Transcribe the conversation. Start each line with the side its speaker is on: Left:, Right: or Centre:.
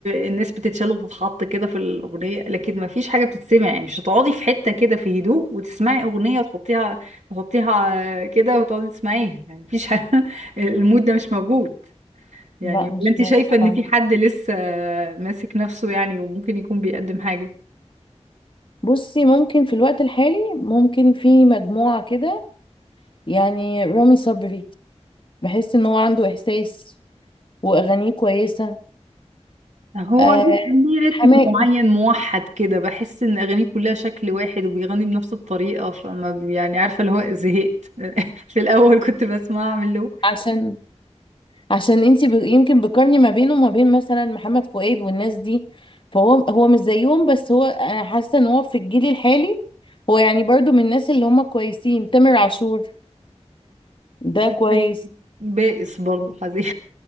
Right: الناس بتتشال وتتحط كده في الاغنيه لكن ما فيش حاجه بتتسمع يعني مش هتقعدي في حته كده في هدوء وتسمعي اغنيه وتحطيها تحطيها كده وتقعدي تسمعيها يعني مفيش حاجة... <laughs> المود ده مش موجود يعني
Left: لا
Right: ولا
Left: مش
Right: انت
Left: موجود
Right: شايفه ان
Left: خالص
Right: في حد لسه ماسك نفسه يعني وممكن يكون بيقدم حاجه
Left: بصي ممكن في الوقت الحالي ممكن في مجموعه كده يعني رامي صبري بحس ان هو عنده احساس واغانيه كويسه
Right: هو
Left: آه،
Right: ليه رتم
Left: حماقي
Right: معين موحد كده بحس ان اغانيه كلها شكل واحد وبيغني بنفس الطريقه فما ب- يعني عارفه اللي هو زهقت <laughs> في الاول كنت بسمع اعمل له
Left: عشان عشان انتي ب... يمكن بتقارني ما بينه وما بين مثلا محمد فؤاد والناس دي فهو هو مش زيهم بس هو انا حاسه ان هو في الجيل الحالي هو يعني برضو من الناس اللي هم كويسين تامر عاشور ده كويس
Right: حاجة بائس برضه حزين